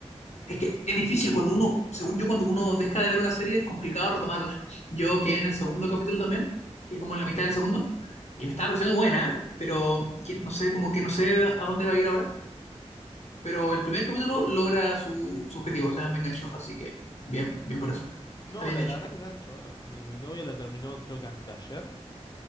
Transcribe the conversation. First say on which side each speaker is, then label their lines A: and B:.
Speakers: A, on the left; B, on the left.
A: Es que es difícil cuando uno, según yo, cuando uno deja de ver una serie es complicado retomarla. Yo quedé en el segundo capítulo también, que como en la mitad del segundo, y me estaba pareciendo buena, ¿eh? pero que- no sé, como que no sé a dónde va a ir ahora. Pero el primer capítulo logra su, su objetivo, o sea, me enganchó. Así que bien, bien por eso.
B: no,
A: Está bien
B: la,
A: hecho.
B: la verdad que engancho. Bueno, mi, mi novia la terminó creo que anteayer.